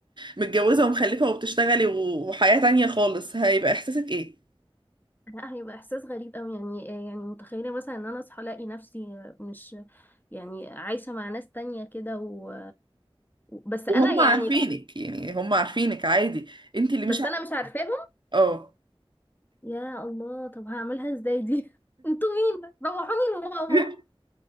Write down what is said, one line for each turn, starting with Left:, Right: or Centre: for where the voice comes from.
Right: متجوزه ومخلفه وبتشتغلي و- وحياه تانية خالص هيبقى احساسك ايه
Left: لا هيبقى احساس غريب قوي يعني يعني متخيله مثلا ان انا اصحى الاقي نفسي مش يعني عايشه مع ناس تانية كده و... بس
Right: وهم
Left: انا يعني
Right: عارفينك يعني هم عارفينك عادي انت اللي
Left: بس
Right: مش عارفه
Left: انا مش عارفاهم
Right: اه
Left: يا الله طب هعملها ازاي دي <laughs> انتوا مين روحوني لماما
Right: <laughs>